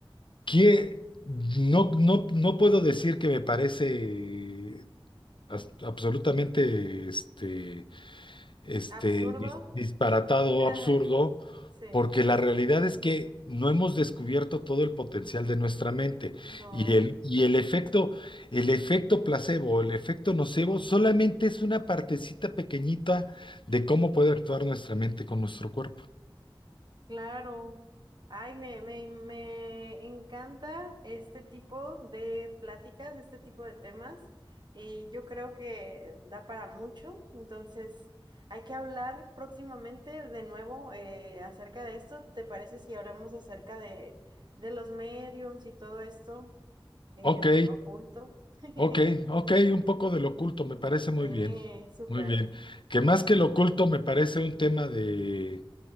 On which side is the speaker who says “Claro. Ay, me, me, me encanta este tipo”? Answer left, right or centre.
Right